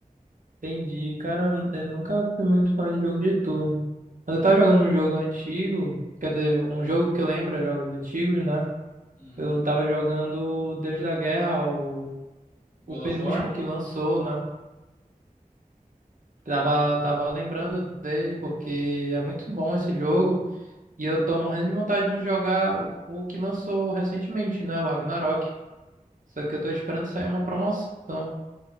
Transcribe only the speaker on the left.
Uhum.
God
of War?
O-